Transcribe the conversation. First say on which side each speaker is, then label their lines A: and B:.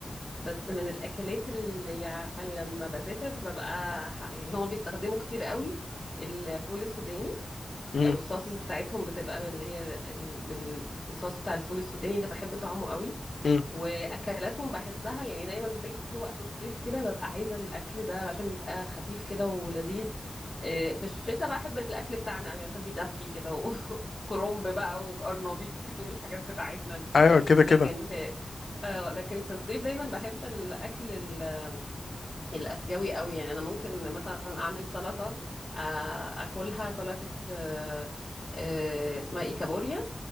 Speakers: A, on the left; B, on the left.
A: بس من الاكلات اللي يعني لما بسافر ببقى ح- يعني هما بيستخدموا كتير قوي الفول السوداني
B: امم
A: او الصوصز بتاعتهم بتبقى اللي هي ال- بال- الصوص بتاع الفول السوداني ده بحب طعمه قوي
B: امم
A: واكلاتهم بحسها يعني دايما باجي وقت الصيف كده ببقى عايزه الاكل ده عشان بيبقى خفيف كده ولذيذ إيه، في الشتاء بقى احب الاكل بتاعنا قوي عشان بيدفي كده و- <laughs> وكرنب بقى وقرنبيط والحاجات بتاعتنا دي
B: أيوه كده كده
A: لكن في اه لكن في الصيف دايما بحب الاكل ال- الاسيوي قوي يعني انا ممكن مثلا اعمل سلطه آه، اكلها سلطه آه، آه، اسمها ايه كابوريا